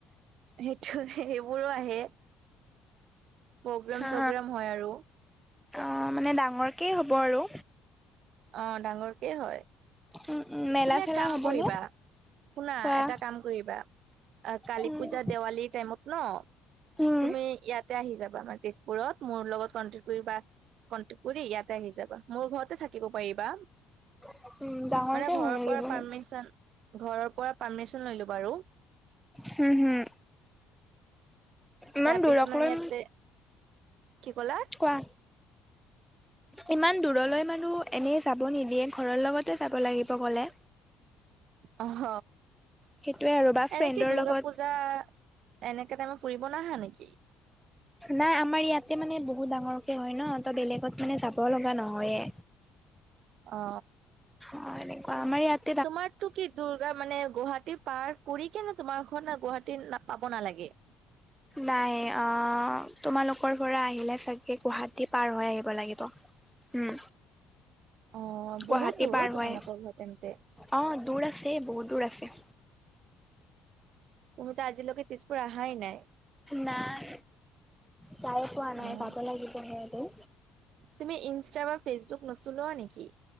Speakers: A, on the right; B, in the centre.
A: সেইটো - সেইবোৰো আহে। পগ্ৰাম
B: হা,
A: - চগ্ৰাম হয় আৰু।
B: অ, মানে ডাঙৰকেই হ'ব আৰু।
A: অ, ডাঙৰকে হয়
B: উম, উম, মেলা
A: তুমি
B: চেলা
A: এক কাম
B: হ'বনে
A: কৰিবা? শুনা
B: খোৱা?
A: এটা কাম কৰিবা অ, কালী
B: উম।
A: পূজা দেৱালী টাইমত ন'
B: উম,
A: তুমি ইয়াত তে আহি যাবা আমাৰ তেজপুৰত মোৰ লগত কণ্টেক্ট কৰিবা, কণ্টেক্ট কৰি ইয়াতে আহি যাবা। মোৰ ঘৰতে থাকিব পাৰিবা।
B: হয়। <inaudible> ডাঙৰকে
A: মানে ঘৰৰ
B: নেকি
A: পৰা
B: বহুত?
A: পাৰ্মিশন - ঘৰৰ পৰা পাৰ্মিশন লৈলো বাৰু।
B: হুম-হুম, ইমান
A: তাৰপিছত
B: দূৰক
A: মানে
B: লৈম
A: ইয়াতে কি ক'লা?
B: কোৱা? ইমান দূৰলৈ মানু এনে যাব নিদিয়ে ঘৰৰ লগতে যাব লাগিব গলে।
A: অহ।
B: সেইটোয়ে আৰু বা ফ্ৰেণ্ডৰ
A: এনে কি দূৰ্গা
B: লগত।
A: পূজা এনেকে টাইমে ফুৰিব নাহা নিকি?
B: নাই আমাৰ ইয়াতে মানে বহুত ডাঙৰকে হয় ন, ত বেলেগত মানে যাব লগা নহয়ে।
A: অ।
B: অ, এনেকুৱা আমাৰ ইয়াত
A: তোমাৰটো কি দুৰ্গা মানে গুৱাহাটী পাৰ কৰি কেনে তোমাৰ ঘৰত গুৱাহাটী না পাব নালাগে?
B: নাই অ, তোমালোকৰ পৰা আহিলে চাগে গুৱাহাটী পাৰ হৈ আহিব লাগিব। উম।
A: অ,
B: গুৱাহাটী
A: বহুত দূৰ
B: পাৰ
A: অ
B: হয়
A: তোমালোকৰ ঘৰ তেন্তে।
B: অ, দূৰ আছে বহুত দূৰ আছে।
A: তুমিতো আজিলৈকে তেজপুৰ আহাই নাই?
B: নাই, যাই পোৱা নাই
A: অ'।
B: যাব লাগিবহে এদিন।
A: তুমি ইনষ্টা বা ফেচবুক নচলোৱা নেকি?